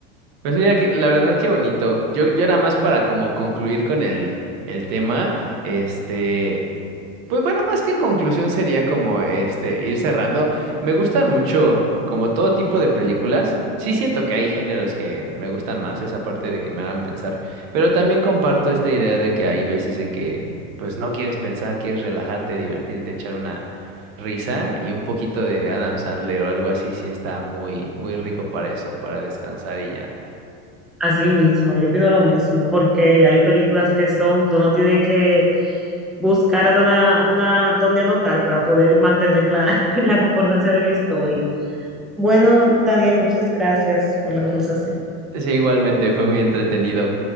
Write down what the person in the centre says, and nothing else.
Así mismo, yo pido lo mismo, porque hay películas que son que uno tiene que buscar hasta una, una donde anotar para poder mantener la, <laughs> la concordancia de la historia. Bueno, Daniel, muchas gracias por la conversación.